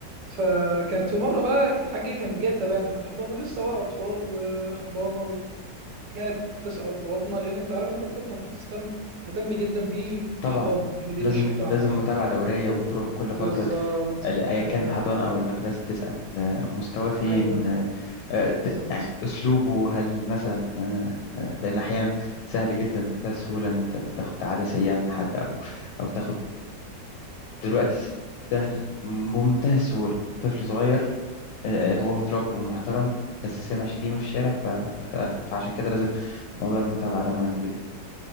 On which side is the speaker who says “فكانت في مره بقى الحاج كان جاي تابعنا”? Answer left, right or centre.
Right